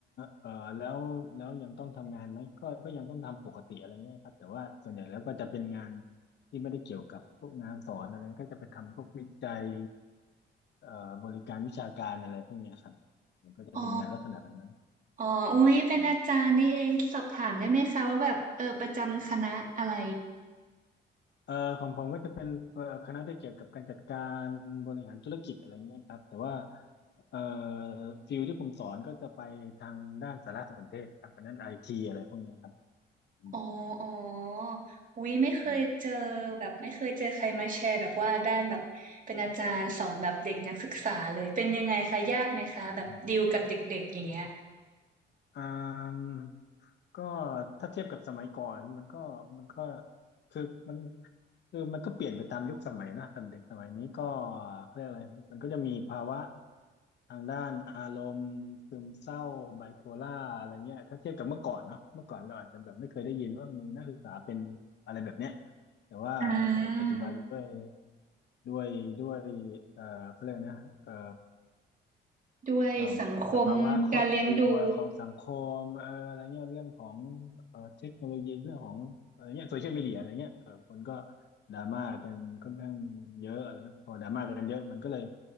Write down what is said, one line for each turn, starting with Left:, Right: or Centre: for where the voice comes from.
Left: เอ่อแล้วแล้วยังต้องทำงานไหมก็ก็ยังต้องทำปกติอะไรเงี้ยครับแต่ว่าส่วนใหญ่แล้วก็จะเป็นงาน ที่ไม่ได้เกี่ยวกับพวกงานสอนอะไรก็จะไปทำพวกวิจัยเอ่อบริการวิชาการอะไรพวกเนี้ยครับมันก็จะเป็นงานลักษณะแบบนั้น
Right: อ๋อ อ๋ออุ๊ยเป็นอาจารย์นี่เองสอบถามได้ไหมคะว่าแบบเออประจำคณะอะไร
Left: อืมเอ่อของผมก็จะเป็นเอ่อคณะที่เกี่ยวกับการจัดการบริหารธุรกิจอะไรเงี้ยครับแต่ว่าเอ่อฟิลที่ผมสอนก็จะไปทางด้านสารสนเทศครับคณะไอทีอะไรพวกเนี้ยครับอืม
Right: อ๋ออ๋ออุ๊ยไม่เคยเจอแบบไม่เคยเจอใครมาแชร์แบบว่าด้านแบบเป็นอาจารย์สอนแบบเด็กนักศึกษาเลยเป็นยังไงคะยากไหมคะแบบดีลกับเด็กๆอย่างเงี้ย
Left: อืมอ่า อ่าก็ถ้าเทียบกับสมัยก่อนมันก็มันก็คือมันคือมันก็เปลี่ยนไปตามยุคสมัยนะแต่เด็กสมัยนี้ก็เขาเรียกอะไรมันก็จะมีภาวะทางด้านอารมณ์ซึมเศร้าไบโพล่าอะไรเงี้ยถ้าเทียบกับเมื่อก่อนเนาะเมื่อก่อนเราอาจจะแบบไม่เคยได้ยินว่ามีนักศึกษาเป็นอะไรแบบเนี้ยแต่ว่าเออปัจจุบันด้วย
Right: อ่า
Left: ด้วยด้วยเอ่อเขาเรียกนะเอ่อ
Right: ด้วยสังคมการเลี้ยงดู
Left: เอ่อสภาวะครอบครัวของสังคมเอ่ออะไรเงี้ยเรื่องของเอ่อเทคโนโลยีเรื่องของอะไรเงี้ยโซเชียลมีเดียอะไรเงี้ยเออคนก็ดราม่ากันค่อนข้างเยอะอะไรเงี้ยพอดราม่ากันเยอะมันก็เลย